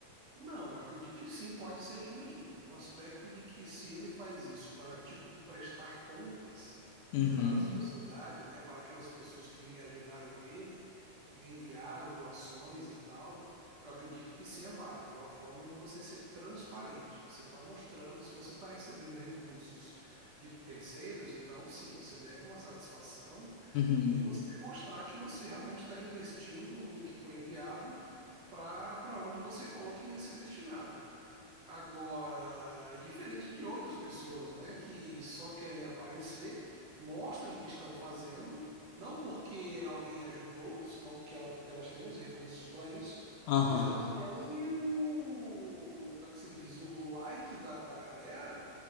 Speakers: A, on the right (about 65°); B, on the left (about 80°).
A: Não, eu acredito que sim, pode ser genuíno, no aspecto de que se ele faz isso para, tipo, prestar contas
B: Uhum,
A: para a sociedade, né, para aquelas pessoas que ajudaram ele, enviaram doações e tal, eu acredito que sim é válido, é uma forma de você ser transparente, você está mostrando se você está recebendo recursos de terceiros, então sim, você deve uma satisfação
B: uhum.
A: e você mostrar que você realmente está investindo o que foi enviado para onde você falou que ia ser destinado. Agora, é diferente de outras pessoas, né, que só querem aparecer, mostram o que estão fazendo, não porque alguém ajudou, senão que ela- elas têm os recursos para isso,
B: Aham,
A: mas elas querem o, como é que se diz, o o like da, da galera